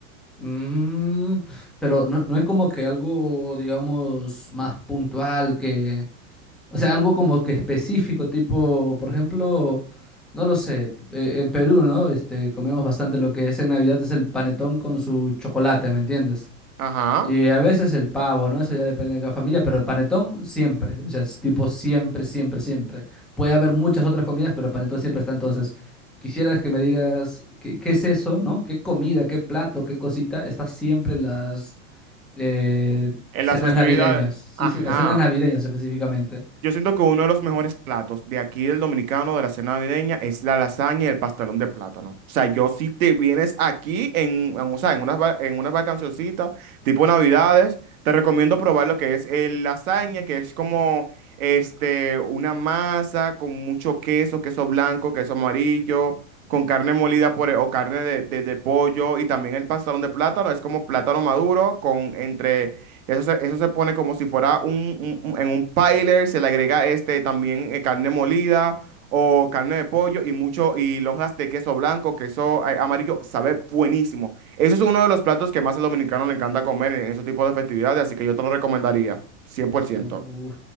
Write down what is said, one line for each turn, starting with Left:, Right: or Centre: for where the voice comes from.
Centre: Mm, pero no, no hay como que algo, digamos, más puntual que... O sea, algo como que específico, tipo, por ejemplo, no lo sé, eh, en Perú, ¿no? Este, comemos bastante lo que es en Navidad, es el panetón con su chocolate, ¿me entiendes?
Right: Ajá.
Centre: Y a veces el pavo, ¿no? Eso ya depende de cada familia, pero el panetón siempre, o sea, es tipo siempre, siempre, siempre. Puede haber muchas otras comidas, pero el panetón siempre está. Entonces, quisieras que me digas qué, qué es eso, ¿no? ¿Qué comida, qué plato, qué cosita está siempre en las eh,
Right: En
Centre: cenas
Right: las festividades.
Centre: navideñas? Sí,
Right: Ajá.
Centre: sí, las cenas navideñas específicamente.
Right: Yo siento que uno de los mejores platos de aquí del dominicano de la cena navideña es la lasaña y el pastelón de plátano. O sea, yo si te vienes aquí en, en, o sea, en unas, va- en unas vacacioncitas, tipo Navidades, te recomiendo probar lo que es el lasaña, que es como este, una masa con mucho queso, queso blanco, queso amarillo, con carne molida por, e- o carne de, de, de pollo y también el pastelón de plátano, es como plátano maduro con entre... Eso se, eso se pone como si fuera un, un- un- en un piler, se le agrega este también eh, carne molida o carne de pollo y mucho y lonjas de queso blanco, queso eh, amarillo, sabe buenísimo. Eso es uno de los platos que más al dominicano le encanta comer en esos tipos de festividades, así que yo te lo recomendaría, cien por ciento
Centre: Uno,